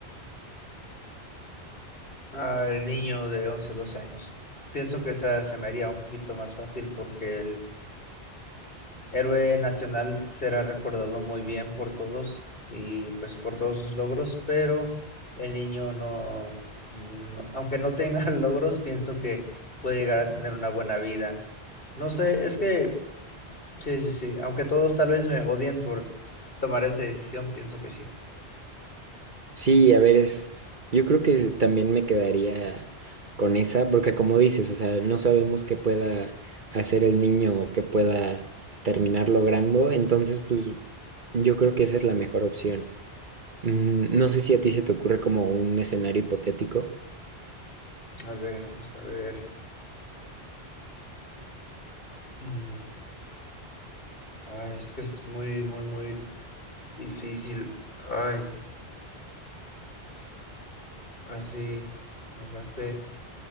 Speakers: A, on the left; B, on the right.
A: Al niño de 11, 12 años. Pienso que esa se me haría un poquito más fácil porque el Héroe nacional será recordado muy bien por todos y pues por todos sus logros, pero el niño no, no- aunque no tenga <laughs> logros, pienso que puede llegar a tener una buena vida. No sé, es que sí, sí, sí, aunque todos tal vez me odien por tomar esa decisión, pienso que sí.
B: Sí, a ver, es, yo creo que también me quedaría con esa, porque como dices, o sea, no sabemos qué pueda hacer el niño o qué pueda terminar logrando, entonces, pues, yo creo que esa es la mejor opción. Mm, No sé si a ti se te ocurre como un escenario hipotético.
A: A ver, vamos a ver. Mm, Ay, es que es muy, muy, muy difícil. Ay, ahora sí, me dejaste.